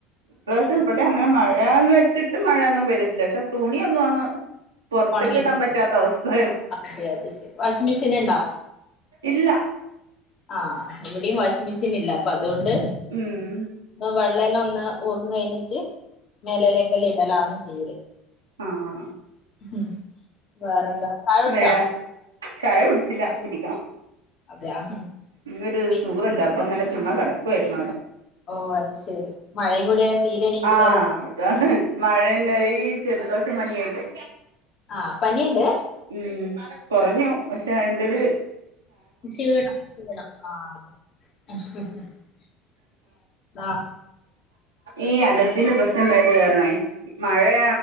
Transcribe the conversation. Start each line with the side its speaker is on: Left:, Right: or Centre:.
Right: ഇപ്രാവശ്യം ബടെ അങ്ങനെ മഴാന്ന് വെച്ചിട്ട് മഴൊന്നും പെയ്തിട്ടില്ല പക്ഷെ തുണി ഒന്നും അങ് പൊർത്ത്ക്ക്
Left: ഉണങ്ങി
Right: ഇടാം
Left: കിട്ടും
Right: പറ്റാത്ത അവസ്ഥയാ
Left: അതെ അത് ശരി വാഷിംഗ് മെഷീൻ ഉണ്ടോ
Right: ഇല്ലാ
Left: ആഹ് ഇവിടേം വാഷിംഗ് മെഷീന് ഇല്ല അപ്പൊ അത്കൊണ്ട്
Right: ഉം
Left: വെള്ളല്ലാം ഒന്ന് ഊർന്ന് കയ്ഞ്ഞിറ്റ് മേലയിലേക്കെല്ലം ഇടലാന്ന് ചെയ്യല്.
Right: ആഹ്
Left: ഉം. വേറെന്താ ചായ കുടിച്ചാ
Right: വേ ചായ കുടിച്ചില്ല കുടിക്കണം.
Left: അതെയാ.
Right: ഇന്നൊരു
Left: പി
Right: സുഖല്ലാ അപ്പൊ ഇങ്ങനെ ചുമ്മാ കിടക്കുവായിര്ന്നു അവടെ.
Left: ഓഹ് അത് ശെരി മഴയും കൂടി ആയ തീരെ എണീക്കൂലാലോ
Right: ആഹ് അതാണ്. മഴന്നെ ഈ ജലദോഷം പനിയായിട്ടെ.
Left: ആഹ് പനീണ്ട്.
Right: ഉം കൊറഞ്ഞു പക്ഷെ അയിന്റെര്
Left: ഷീണം ഷീണം ആഹ് <unintelligible> ആഹ്.
Right: ഈ അലർജിന്റെ പ്രശ്നം ണ്ടായത് കാരണെയ് മഴാ